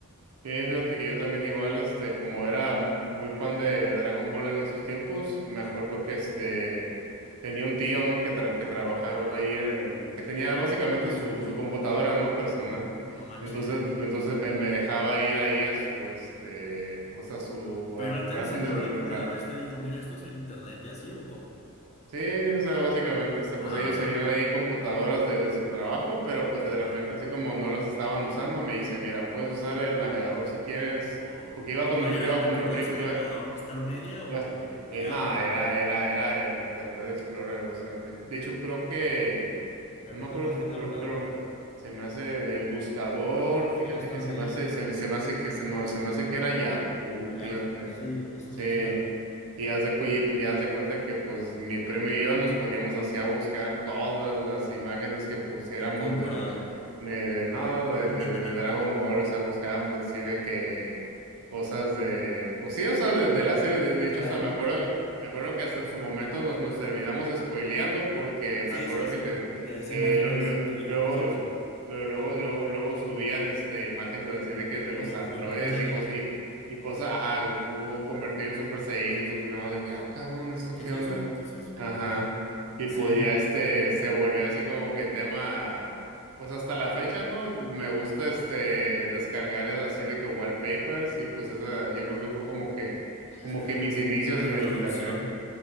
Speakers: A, on the right (about 70°); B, on the left (about 30°).
A: eh, fíjate que yo también igual, este, como era mu- muy fan de, de Dragon Ball en esos tiempos, me acuerdo
B: Ah,
A: que este tenía un tío, ¿no? Que, tra- que trabajaba ahí en, que tenía básicamente
B: No manches,
A: su, su computadora, ¿no? Personal.
B: no manches.
A: Entonces, entonces me, me dejaba ir ahí a su, este, pues a su,
B: Pero
A: al lugar
B: él te enseñó
A: donde, donde
B: la primera
A: trabajaba
B: vez, te dijo, mira, esto es el internet y así, ¿o cómo?
A: Sí, o sea, básicamente, este,
B: Ah,
A: pues ellos tenían ahí computadoras de, de su trabajo, pero pues de
B: ajá.
A: repente, así como no las estaban usando, me dice, mira, puedes usar el navegador si quieres,
B: Oh,
A: porque iba con
B: ¿cuál
A: mi, iba
B: era? ¿Te
A: con
B: acuerdas
A: mi primo,
B: el
A: iba,
B: navegador? ¿Star Media o,
A: iba-
B: o
A: eh,
B: Yahoo?
A: nada, era, era, era el Internet Explorer, o sea, de, de hecho creo que,
B: Pero
A: no
B: no
A: me acuerdo,
B: te acuerdas
A: creo,
B: qué navegador
A: creo, creo,
B: era?
A: que se me hace el buscador, fíjate
B: Era Star
A: que se
B: Media,
A: me hace,
B: ¿no?
A: se me, se me hace que, se, no, se me hace que era Yahoo,
B: O Yahoo.
A: fíjate,
B: Sí, esos
A: sí.
B: dos eran.
A: Y, haz de, cu- y pues ya haz de cuenta que pues mi primo y yo nos poníamos así a buscar todas las imágenes que pusiéramos
B: Goku encuerado.
A: de, de, de, de- no, de,
B: <laughs>
A: de, de Dragon Ball, o sea, buscábamos así de que cosas de, pues sí, o sea, de, de la serie, de, de hecho,
B: Claro.
A: hasta me acuerdo, me acuerdo que hasta en su momento nos, nos terminamos spoileando porque
B: Sí,
A: me acuerdo
B: sí, sí.
A: que te,
B: Mira, esas
A: eh,
B: imágenes
A: lo- lo-
B: que
A: luego,
B: yo, ¿qué es eso?
A: lo- luego, luego, luego subían este, imágenes así de que de los
B: Goku
A: androides
B: en, en Saiyajin.
A: y cosas, y cosas, ajá, Goku convertido en Super Saiyan, sus llamados de que, ah, cabrón, ¿esto
B: ¿Qué
A: qué
B: es eso?
A: onda?
B: ¿Qué es eso?
A: Ajá.
B: Eh,
A: Y
B: sí.
A: pues ya este se volvió así como que tema, pues hasta la fecha, ¿no? Me gusta este descargar es así de que wallpapers y pues esa, yo creo que fue como que,
B: <laughs>
A: como que mis inicios
B: La
A: en
B: introducción.
A: el internet.